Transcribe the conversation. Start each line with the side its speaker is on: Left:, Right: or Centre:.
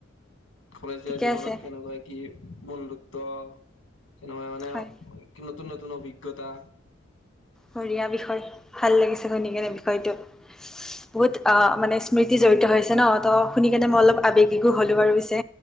Left: কলেজীয়া
Centre: ঠিকে
Left: জীৱনত
Centre: আছে
Left: কেনেকুৱা কি- বন্ধুত্ব তেনেকুৱা মানে
Centre: হয়
Left: কি- নতুন নতুন অভিজ্ঞতা
Centre: বঢ়িয়া বিষয় ভাল লাগিছে শুনি কেনে বিষয়টো বহুত অ মানে স্মৃতি জড়িত হৈছে ন ত শুনি কেনে
Left: উম
Centre: মই অলপ আবেগিকো হলো বাৰু পিছে